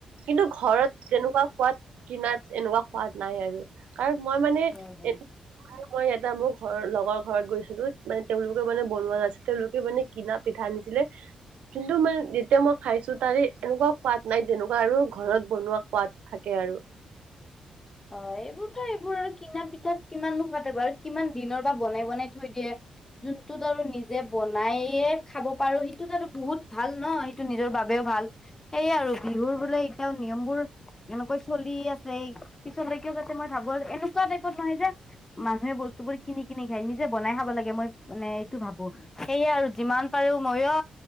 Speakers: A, on the right (about 80°); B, on the left (about 20°).
A: কিন্তু ঘৰত কেনেকুৱা সোৱাদ কিনাত এনেকুৱা সোৱাদ নাই আৰু কাৰণ মই মানে
B: হয় হয়
A: এটো, মানে মই এটা মোৰ ঘৰৰ লগৰ ঘৰত গৈছিলো মানে তেওঁলোকে মানে বনোৱা নাছিল তেওঁলোকে মানে। কিনা পিঠা আনিছিলে কিন্তু মানে যেতিয়া মই খাইছো তাৰে এনেকুৱা খোৱাদ নাই যেনেকুৱা আৰু ঘৰত বনোৱা সোৱাদ থাকে আৰু
B: হয় এইবোৰতো এইবোৰ আৰু কিনা পিঠাত কিমান নোখা থব আৰু কিমান দিনৰ পৰা বনাই বনাই থৈ দিয়ে। যোনটোত আৰু নিজে বনাইে খাব পাৰো সেইটোত আৰু বহুত ভাল নহ, টো নিজৰ বাবেও ভাল। সেয়াই আৰু বিহুৰ বোলে এতিয়াও নিয়মবোৰ এনেকৈ চলি আছে। পিছত থিও যাতে মই ধাবৰ এনেকুৱা টাইপত নহয় যে। মানুহে বস্তু বোৰ কিনি কিনি খাই নিজে বনাই খাব লাগে মই মানে এইটো ভাবো। সেয়ে আৰু যিমান পাৰো ময়ো